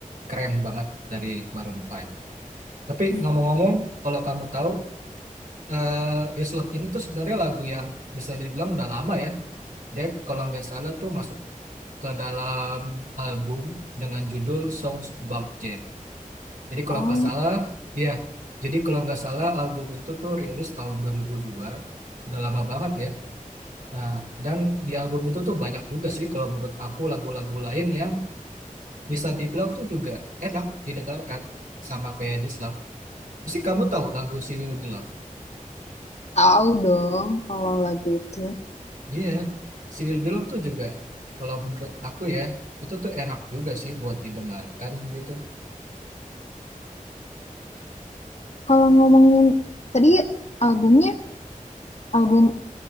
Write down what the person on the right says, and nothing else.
keren banget dari Maroon 5. Tapi
ngomong-ngomong, kalau kamu tahu eh This Love ini tuh sebenarnya lagu yang bisa dibilang udah lama ya. Dia kalau nggak salah tuh masuk ke dalam album dengan judul Songs About Jane. Jadi kalau
nggak salah, ya. Jadi kalau nggak salah album itu tuh rilis tahun 2002. Udah lama banget ya. Nah, dan di album itu tuh banyak juga sih kalau menurut aku lagu-lagu lain yang bisa dibilang tuh juga enak didengarkan sama kayak This Love. Mesti kamu tahu lagu She Will Be Loved?
Iya, Civil Below tuh juga kalau menurut aku ya itu tuh enak juga sih buat didengarkan gitu.